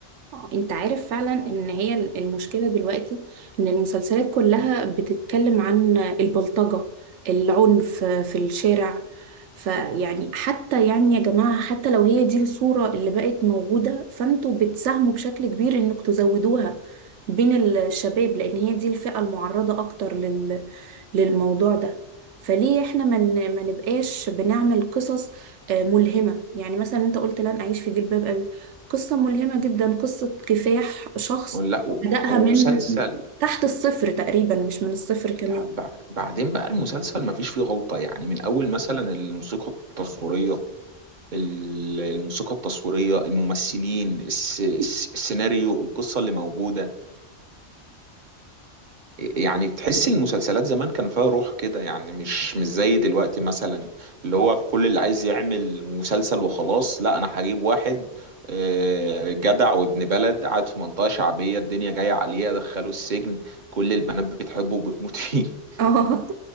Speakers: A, on the right; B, on the right.
A: آه، انت عارف فعلا ان هي المشكلة دلوقتي ان المسلسلات كلها بتتكلم عن البلطجة العنف في الشارع فيعني حتى يعني يا جماعة حتى لو هي دي الصورة اللي بقت موجودة فانتوا بتساهموا بشكل كبير انك تزودوها بين الشباب لان هي دي الفئة المعرضة اكتر لل... للموضوع ده فليه احنا ما من... ما نبقاش بنعمل قصص آه، ملهمة يعني مثلا انت قلت لن اعيش في جلباب قصة ملهمة جدا قصة كفاح شخص
B: ولا و-
A: بدأها
B: ومسلسل
A: من تحت الصفر تقريبا مش من الصفر كمان
B: لا، بع- بعدين بقى المسلسل ما فيش فيه غلطه يعني من اول مثلا الموسيقى التصويريه ال- الموسيقى التصويريه الممثلين الس- الس- السيناريو القصه اللي موجوده يعني تحس المسلسلات زمان كان فيها روح كده يعني مش مش زي دلوقتي مثلا اللي هو كل اللي عايز يعمل مسلسل وخلاص لا انا هجيب واحد آه، جدع وابن بلد قاعد في منطقة شعبية الدنيا جاية عليه ادخله السجن كل البنات بتحبه وبتموت فيه <laughs>
A: اه